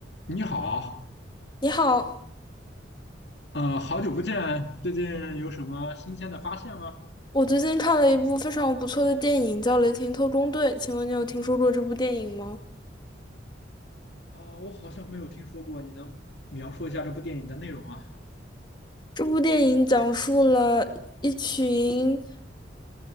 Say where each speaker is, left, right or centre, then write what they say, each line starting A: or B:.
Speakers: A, on the left (about 65°); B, on the left (about 25°).
A: 你好，
B: 你好，
A: 呃，好久不见，最近有什么新鲜的发现吗？
B: 我最近看了一部非常不错的电影，叫《雷霆特工队》，请问你有听说过这部电影吗？
A: 啊、我好像没有听说过，你能描述一下这部电影的内容啊？
B: 这部电影讲述了一群